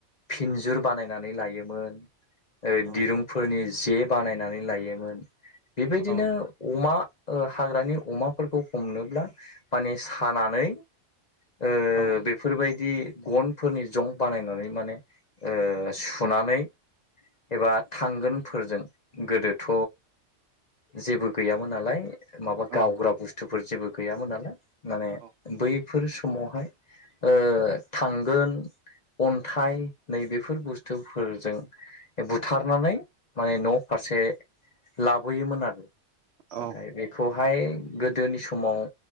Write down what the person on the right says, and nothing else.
औ
औ
औ
औ
औ
औ